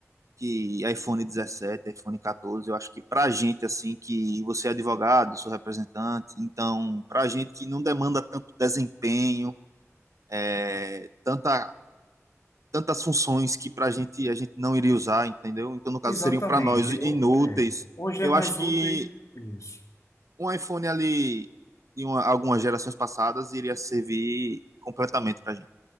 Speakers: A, on the right; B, on the left.
A: que iPhone 17, iPhone 14, eu acho que pra gente assim que você é advogado, sou representante, então pra gente que não demanda tanto desempenho, é, tanta tantas funções que para a gente a gente não iria usar, entendeu? Então, no caso,
B: Exatamente.
A: seriam para nós
B: Eu-
A: inúteis.
B: é, hoje
A: Eu
B: é mais
A: acho que
B: útil isso.
A: um iPhone ali de uma- algumas gerações passadas iria servir completamente para gente.